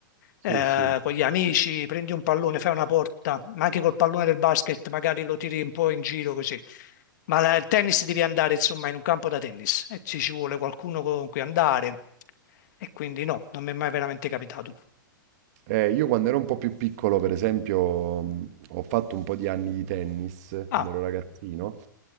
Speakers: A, on the right; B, on the left.
A: sì,
B: Eh,
A: sì.
B: con gli amici prendi un pallone, fai una porta, ma anche col pallone del basket magari lo tiri un po' in giro così. Ma la- il tennis devi andare insomma in un campo da tennis e ci ci vuole qualcuno con cui andare e quindi no, non mi è mai veramente capitato.
A: Eh, io quando ero un po' più piccolo, per esempio, mh, ho fatto un po' di anni di tennis,
B: Ah,
A: quando ero ragazzino,